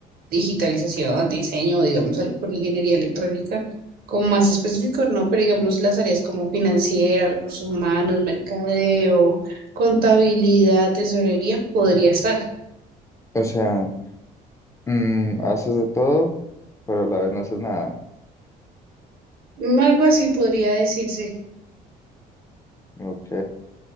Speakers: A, on the right; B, on the left.
A: digitalización, diseño, digamos algo con ingeniería electrónica, como más específico, no, pero digamos las áreas como financiera, recursos humanos, mercadeo, contabilidad, tesorería, podría estar.
B: O sea. Mm, haces de todo, pero a la vez no haces nada.
A: Mm, Algo así podría decirse.
B: Ok.